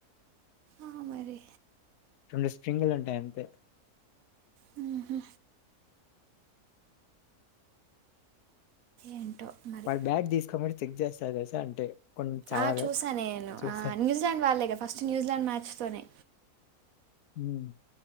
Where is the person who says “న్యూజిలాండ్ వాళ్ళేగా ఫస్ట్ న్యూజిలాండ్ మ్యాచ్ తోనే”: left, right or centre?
Right